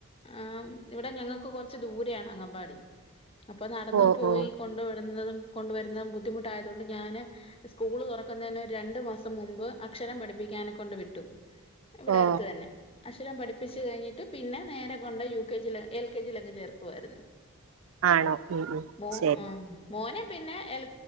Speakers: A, on the left; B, on the right.
A: ആ ഇവിടെ ഞങ്ങക് കൊറച്ച് ദൂരെ ആണ് അംഗൽവാടി അപ്പം നടന്ന്
B: ഓ
A: പോയി
B: ഓ
A: കൊണ്ട് ന്നതും കൊണ്ട് വരുന്നതും ബുദ്ധിമുട്ടായതോണ്ട് ഞാന് സ്കൂള് തുറക്കുന്നതിന് ഒരു രണ്ട് മാസം മുമ്പ് അ ക്ഷരം പഠിപ്പിക്കാണ് കൊണ്ട് വിട്ടു ഇവിടെ
B: ഓ
A: അടുത്ത് തന്നെ അക്ഷരം പഠിപ്പിച് കഴിഞ്ഞിട്ട് പിന്നെ നേരെ കൊണ്ട് U K G L K G അങ്ങ് ചേർക്കുവായിരുന്നു
B: ആണോ ഉം ഉം
A: മോ
B: ശരി
A: ആഹ് മോനെ പിന്നെ എ ൽ